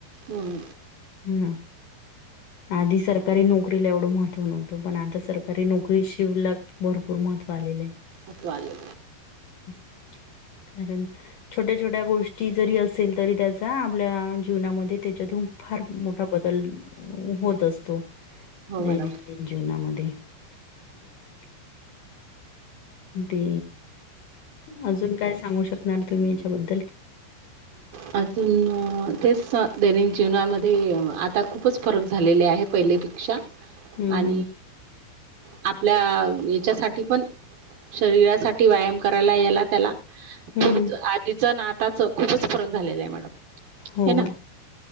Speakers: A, on the right; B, on the left.
A: हम
B: हा आधी सरकारी नोकरीला एवढं महत्व नव्हतं पण आता सरकारी नोकरी सवलत भरपूर मत आलेलेय.
A: हतवा ल
B: <unintelligible> कारण छोट्या छोट्या गोष्टी जरी असेल तरी त्याचा आपल्या जीवनामध्ये त्याच्यातून फार. मोठा बदल होत असतो
A: हो
B: दैनंदिन
A: मॅडम
B: जीवनामध्ये. दे. ते अजून काय सांगू शकणार तुम्ही याच्याबद्दल. <unintelligible>
A: अजून तेच दैनिक जीवनामध्ये आता खूपच फरक झालेले आहे पहिलेपेक्षा.
B: हम्म
A: आणि आपल्या याच्यासाठी पण शरीरासाठी व्यायाम करायला यायला त्याला. पुढ
B: हम्म हम्म
A: आधीच आताच खूपच फरक झालेला आहे मॅडम
B: हो
A: हे ना